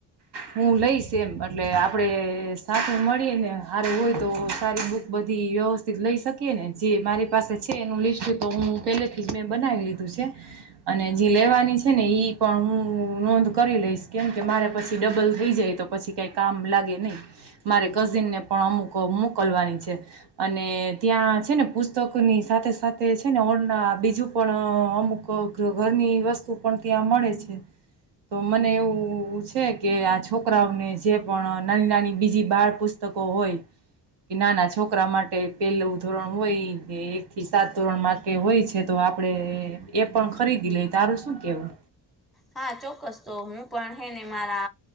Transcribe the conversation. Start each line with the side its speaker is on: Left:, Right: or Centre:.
Right: હું લઈશ એમ એટલે આપડે સાચું મળી ને હારું હોય તો સારી બૂક બધી વ્યવસ્થિત લઈ શકીએ ને જે મારી પાસે છે, એનું લિસ્ટ તો હું પેલેથી જ મેં બનાવી લીધું. છે અને જી લેવાની છે ને ઈ પણ હું નોંધ કરી લઈશ કેમ કે મારે પછી ડબલ થઈ જાય તો પછી કઈ કામ લાગે નહી. મારે કઝિનને પણ અમુક મોકલવાની છ છે અને ત્યાં છે ને પુસ્તકની સાથે-સાથે છે ને <unintelligible> બીજું પણ અમુક ઘરની વસ્તુ પણ ત્યાં મળે છે. તો મને એવું છે કે આ છોકરાઓને જે પણ નાની-નાની બીજી બાળ પુસ્ત કો હોય કે ઈ નાના જ છોકરા માટે પહેલું ધોરણ હોય કે એક થી સાત ધોરણ માટે હોય છે તો આપણે એ પણ ખરીદી લઈ. તારું શું કેવું?
Centre: હા ચોક્કસ તો હું પણ હે ને મારા